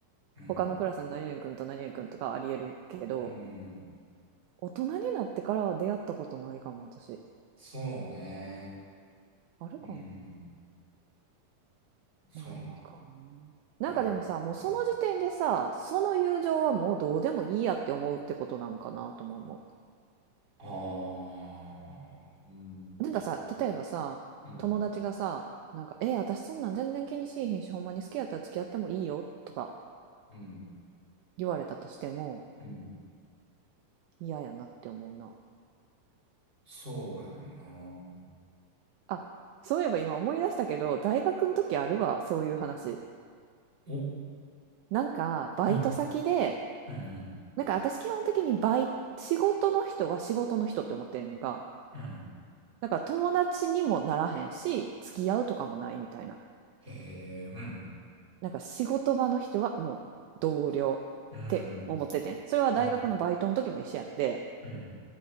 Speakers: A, on the right; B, on the right.
A: うん、
B: 他のクラスの何々君と何々君とかはありえるけど、
A: うん。
B: 大人になってからは出会ったことないかも私。
A: そうね。
B: あるかな
A: うん、そうやな。
B: ないんかな。
A: なう
B: なんかでもさ、もうその時点でさ、
A: ん。
B: その友情はもうどうでもいいやって思うってことなんかなとも思
A: ああ、うん、
B: う。なんかさ、
A: そう、
B: 例えばさ、
A: うん、
B: 友達がさ、なんか、え私そんなん全然気にしいひんし、ほんまに好きやったら付き合ってもいいよとか
A: うん、
B: 言われたとしても
A: うん。
B: 嫌やなって思うな。
A: そうやんな。
B: あ、そういえば今思い出したけど、大学の時あるわ、そういう話。
A: お、
B: なんか、バイト先で、
A: うん、うん、うん、
B: なんか私基本的にバイ、仕事の人は仕事の人って思ってんねんか。
A: うん。
B: だから友達にもならへんし、付き合うとかもないみたいな。
A: へえ、うん、
B: なんか仕事場の人はもう同僚って思っててん。
A: うん、
B: それは大学のバイトの時も一緒やって。
A: うん、うん。